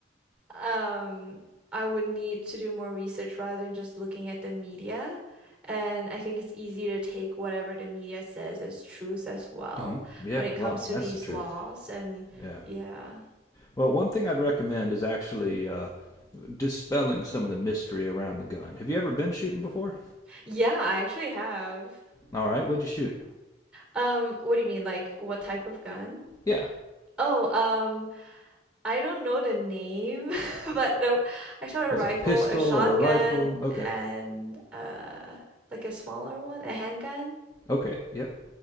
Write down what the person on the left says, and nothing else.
mm Yeah,
well,
that's
the truth.
Yeah.
Well, one thing I'd recommend is actually uh, dispelling some of the mystery around the gun. Have you ever been shooting before?
All right, what'd you shoot?
Yeah.
Was
it a pistol
or a rifle? Okay.
Okay. Yep.